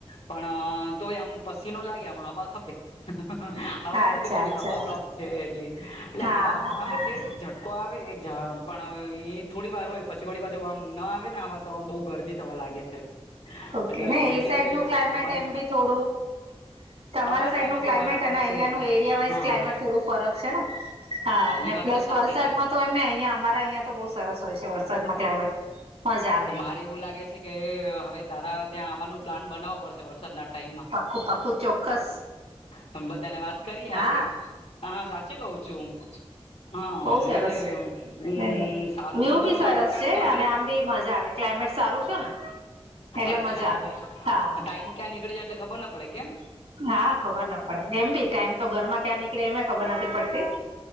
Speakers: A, on the left; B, on the right.
A: પણ તો આમ ચિ લાગ હવા ખપે. હવા
B: અચ્છા
A: નથી થોડી
B: અચ્છા
A: હવા બ્લોક છે એટલી એટલે
B: હા
A: હવામ
B: હા
A: આવે છે ટકો આવે. જ પણ ઈ થોડી વાર હોય પછી વાળી પાછુ આમ ના આવે ને આ તો આમ બહુ ગરમી થવા લાગે છે.
B: ઓકે
A: એટલે
B: ને
A: મેં
B: એ
A: કીધું
B: સાઈડ
A: કે
B: નું ક્લાઇમેટ
A: ખબર નઈ
B: એમ બી થોડું. તમારા
A: અમારે
B: સાઈડ
A: ત્યાંનું
B: નું ક્લાઇમેટ
A: તો ગરમ જ
B: અને અહિયાં
A: છે
B: નુ એરિયા વાઈઝ
A: હા
B: ક્લાઇમેટ થોડું ફરક છે ને હા
A: એ વાત
B: પ્લ
A: તો સાચી
B: વરસાદમાં
A: છે
B: તો એમે અહં અમારા અહિયાં તો બહુ સરસ હોય છે વરસાદમાં ક્લાઇમેટ મજા આવે
A: તો મારે એવું લાગે છે કે હવે. તારા ત્યાં આવવાનું પ્લાન બનાવો પડશે વરસા દના ટાઈમ મા
B: પાક્કું પાક્કું ચોક્કસ
A: તમ બધાને વાત કરીએ
B: હા
A: આપે હા સાચી કઉ છું હું હા
B: બહુ
A: એટલે
B: સરસ છે
A: હમ્મ
B: નઈ નઈ
A: સારું
B: વ્યુ
A: હોય તો.
B: બી સરસ
A: કારણ
B: છે
A: કે અમે
B: અને
A: લોક
B: આમ બી મજા આવે ક્લાઇમેટ સારું છે ને એટલે
A: અચ્છા
B: મજા આવે
A: ટાઈમ
B: હા
A: ક્યાં નીકળી જાય એટલે ખબર ન પડે કેમ.
B: હા ખબર ના પડે એમ ભી ટાઈમ તો ઘરમાં ક્યાં નીકળે એમે ખબર નથી પડતી